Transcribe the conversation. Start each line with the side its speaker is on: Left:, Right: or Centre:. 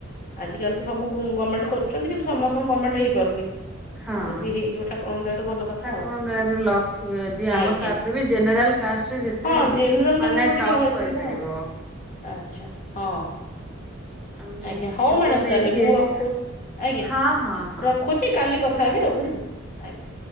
Left: ଆଜିକାଲି ତ ସବୁ ଗମେଣ୍ଟ୍ ଖୋଜୁଛନ୍ତି କିନ୍ତୁ ସମସ୍ତଙ୍କୁ ଗମେଣ୍ଟ୍ ହେଇପାରୁନି।
Centre: ହଁ
Left: ଆଉ ଯଦି ହେଇଯିବ ଠାକୁର ଦୟାରୁ ଭଲ କଥା
Centre: ଠାକୁରଙ୍କ
Left: ଆଉ
Centre: ଦୟାରୁ ଲକ୍ ଥିବ ଯଦି ଆମର
Left: ଆଜ୍ଞା।
Centre: ତାପରେ ବି ଜେନେରାଲ କାଷ୍ଟରେ ଯେତେ
Left: ହଁ ଜେନେରାଲ୍
Centre: ମାନେ
Left: ମାନଙ୍କ ଟୁ ଟିକେ
Centre: ଟପ୍
Left: ଅସୁବିଧା
Centre: କରିପାରିବ।
Left: ଆଉ ଆଚ୍ଛା ହଁ।
Centre: ଆମେ
Left: ଆଜ୍ଞା ହଉ
Centre: ଯଦି
Left: ମ୍ୟାଡ଼ାମ୍
Centre: ଆମେ
Left: ତାହେଲେ
Centre: ଏସି
Left: ମୁଁ
Centre: ଏସଟି
Left: ରଖୁ ଆଜ୍ଞା
Centre: ହଁ ହଁ ହଁ
Left: ରଖୁଛି କାଲି କଥା ହେବି ଆଉ ବୁଝିଲେ ଆଜ୍ଞା।